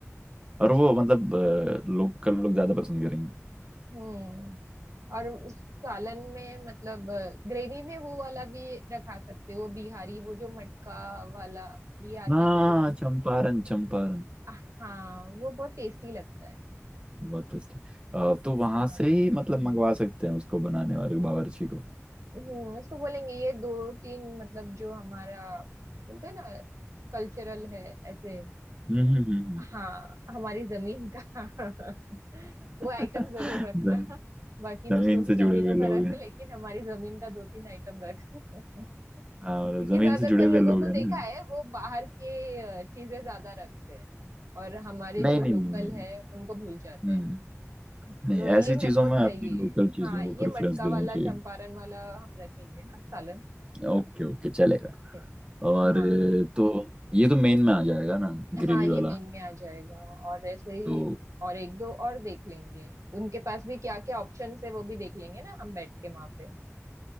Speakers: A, on the right; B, on the right.
A: और वो मतलब लोकल लोग ज्यादा पसंद करेंगे
B: हम्म और उस सालन में मतलब ग्रेवी में वो वाला भी रखा सकते हो बिहारी वो जो मटका वाला ये आता
A: हाँ
B: है ना
A: चंपारण चंपारण
B: हाँ वो बहुत टेस्टी लगता है
A: बहुत टेस्ट है। अ, तो वहां
B: हाँ
A: से ही मतलब मंगवा सकते हैं उसको बनाने वाले बावर्ची को
B: हम्म उसको बोलेंगे ये दो तीन मतलब जो हमारा बोलते हैं ना कल्चरल है ऐसे
A: हम्म हम्म हम्म
B: हाँ हमारी जमीन का <laughs> वो आइटम
A: हम्म। <laughs>
B: जरूर रखना बाकी
A: जमीन
B: दूसरों
A: से
B: की
A: जुड़े
B: जमीनों
A: हुए लोग
B: का रख
A: हैं
B: लेकिन हमारी जमीन का दो तीन आइटम रख <laughs>
A: हाँ मतलब
B: क्योंकि
A: जमीन
B: ज्यादातर
A: से जुड़े हुए
B: लोगों
A: लोग
B: को
A: हैं
B: देखा
A: ना
B: है वो बाहर के अ, चीजें ज्यादा रखते हैं और हमारे
A: नहीं
B: जो
A: नहीं
B: लोकल
A: नहीं नहीं
B: है उनको भूल जाते
A: हम्म
B: हैं तो
A: नहीं
B: ये
A: ऐसी
B: मेरे
A: चीजों
B: को
A: में
B: चाहिए
A: अपनी लोकल चीजों
B: हाँ
A: को
B: ये
A: प्रेफरेंस
B: मटका
A: देनी
B: वाला
A: चाहिए
B: चंपारण वाला हम रखेंगे हाँ सालन
A: ओके ओके चलेगा
B: ठीक है।
A: और
B: हाँ
A: अ, तो ये तो मेन में आ जाएगा ना ग्रेवी
B: हाँ ये
A: वाला
B: मेन में आ जाएगा और ऐसे ही
A: तो
B: और एक दो और देख लेंगे उनके पास भी क्या क्या ऑप्शन है वो भी देख लेंगे ना हम बैठ के वहां पे